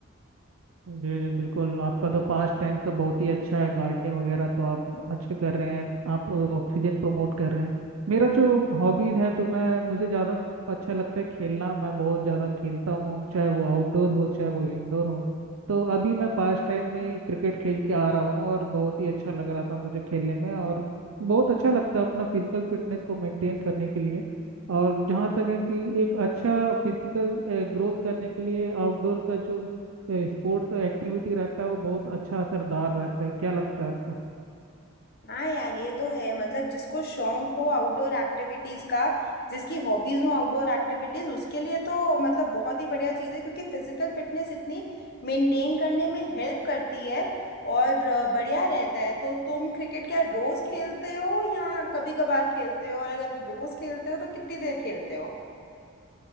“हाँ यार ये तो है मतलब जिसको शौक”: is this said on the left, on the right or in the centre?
Left